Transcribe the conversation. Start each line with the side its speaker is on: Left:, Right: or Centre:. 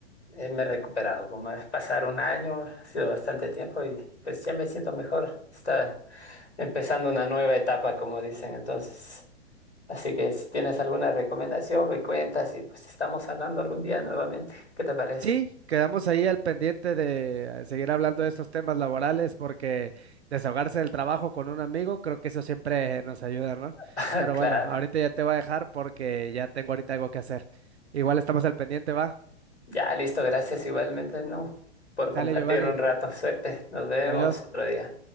Left: eh, me he recuperado, como es pasar un año, ha sido bastante tiempo y pues ya me siento mejor. Está empezando una nueva etapa, como dicen, entonces. Así que si tienes alguna recomendación, me cuentas y pues estamos hablando algún día nuevamente. ¿Qué te parece?
Right: Sí, quedamos ahí al pendiente de eh, seguir hablando de estos temas laborales porque desahogarse del trabajo con un amigo, creo que eso siempre nos ayuda, ¿no?
Left: <laughs>
Right: Pero
Left: Claro.
Right: bueno, ahorita ya te voy a dejar porque ya tengo ahorita algo que hacer. Igual estamos al pendiente, va.
Left: Ya, listo, gracias igualmente, no, por
Right: Sale
Left: compartir
Right: Giovanni,
Left: un rato. Suerte, nos vemos
Right: adiós.
Left: otro día.